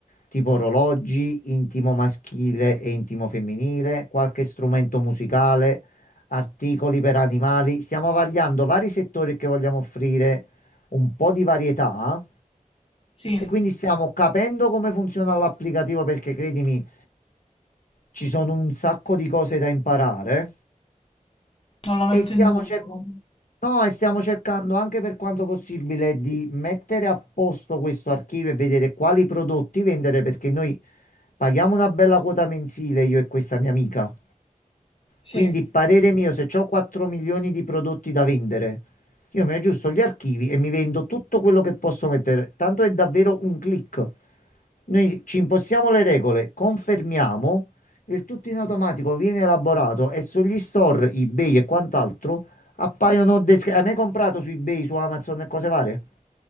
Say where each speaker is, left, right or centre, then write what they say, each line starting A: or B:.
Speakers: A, on the left; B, on the left.
A: tipo orologi, intimo maschile e intimo femminile, qualche strumento musicale articoli per animali. Stiamo vagliando vari settori che vogliamo offrire un po' di varietà
B: sì,
A: e quindi stiamo capendo come funziona l'applicativo perché credimi, ci sono un sacco di cose da imparare
B: non lo metto
A: e stiamo
B: in dubbio.
A: cer- no, e stiamo cercando anche per quanto possibile di mettere a posto questo archivio e vedere quali prodotti vendere perché noi paghiamo una bella quota mensile io e questa mia amica.
B: Sì.
A: Quindi, parere mio, se ho 4 milioni di prodotti da vendere, io mi aggiusto gli archivi e mi vendo tutto quello che posso mettere. Tanto è davvero un click. Noi ci impostiamo le regole, confermiamo, il tutto in automatico viene elaborato e sugli store, eBay e quant'altro appaiono... desc- Hai mai comprato su eBay, su Amazon e cose varie?